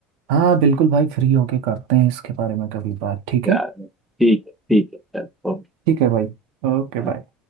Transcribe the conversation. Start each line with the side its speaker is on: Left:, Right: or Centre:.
Right: हाँ बिल्कुल भाई फ्री होके करते हैं इसके बारे में कभी बात ठीक
Centre: चलो
Right: है
Centre: ठीक है ठीक है चलो ओके
Right: ठीक है भाई Okay
Centre: हाँ।
Right: bye